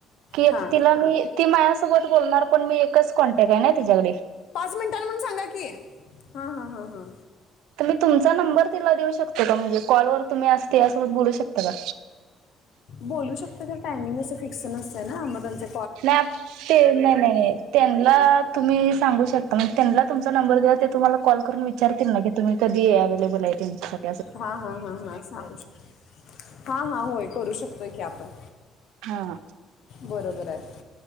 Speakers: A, on the right; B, on the left.
A: की एक
B: हां
A: तिला मी ती माझ्यासोबत बोलणार पण मी एकच कॉन्टॅके ना तच्याकडे
B: पाच मिनिटाला म्हणून सांगा की ह ह ह ह.
A: तर मी तुमचा नंबर तिला देऊ शकते का म्हणजे कॉलवर तुम्ही अस तीयासोबत बोलू शकता का?
B: बोलू शकते खर टायमिंग अस फिक्स नसत ना मग त्यांसा
A: नाही ते नाही नाही त्यांना तुम्ही सांगू शकता मग त्यांना तुमचा नंबर द्यावा ते तुम्हाला कॉल करून विचारतील ना की तुम्ही कधीये अवेलेबल त्यांच्या साठी
B: हा हा हा हा सांगू शकता हा हा होय करू शकतो. होय की आपण
A: हा.
B: बरोबर आहे.